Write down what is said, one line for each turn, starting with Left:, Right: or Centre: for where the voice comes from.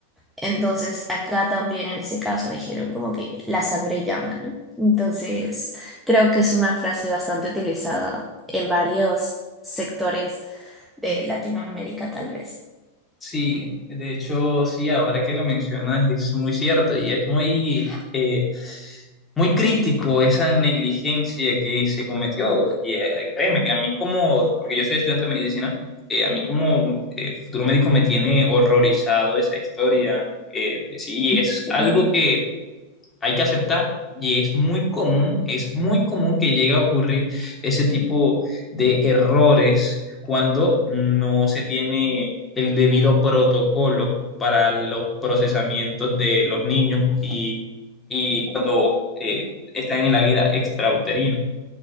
Centre: Entonces, acá también en ese caso dijeron como que la sangre llama, ¿no? Entonces, creo que es una frase bastante utilizada en varios sectores de Latinoamérica, tal vez.
Left: Sí, de hecho, sí, ahora que lo mencionas es muy cierto y es muy, eh, muy crítico esa negligencia que se cometió. Y eh, créeme que a mí como, porque yo soy estudiante de medicina, eh, a mí como eh, futuro médico me tiene horrorizado esa historia. Eh, sí, es
Centre: Sí,
Left: algo que hay que aceptar. Y es muy común, es muy común que llegue a ocurrir ese tipo de errores cuando no se tiene el debido protocolo para los procesamientos de los niños y, y cuando eh, están en la vida extrauterina.